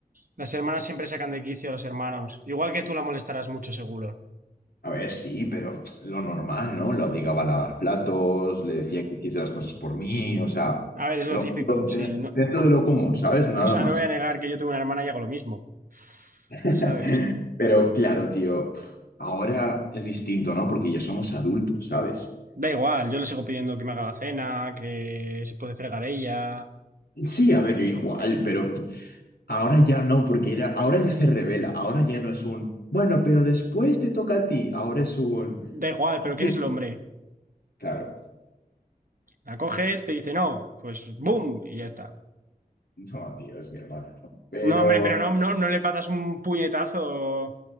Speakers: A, on the right; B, on the left.
A: Las hermanas siempre sacan de quicio a los hermanos. Igual que tú la molestarás mucho, seguro.
B: A ver, sí, pero lo normal, ¿no? Lo obligaba a lavar platos, le decía que hiciese las cosas por mí, o sea,
A: A ver, es
B: lo-
A: lo típico,
B: lo-
A: sí. No,
B: dentro de lo común, ¿sabes? Nada
A: <laughs> o sea,
B: más.
A: no voy a negar que yo tengo una hermana y hago lo mismo,
B: <laughs>
A: ¿sabes?
B: Pero claro, tío, ahora es distinto, ¿no? Porque ya somos adultos, ¿sabes?
A: Da igual, yo le sigo pidiendo que me haga la cena, que se puede fregar ella.
B: Sí, a ver, yo igual, pero ahora ya no, porque era, ahora ya se revela, ahora ya no es un, bueno, pero después te toca a ti, ahora es un,
A: Da igual,
B: "Ah,
A: pero ¿quién
B: bien".
A: es el hombre?
B: Claro,
A: La coges, te dice no, pues ¡boom! Y ya está.
B: no, tío, es mi hermana, pero
A: No, hombre, pero no, no, no le patas un puñetazo.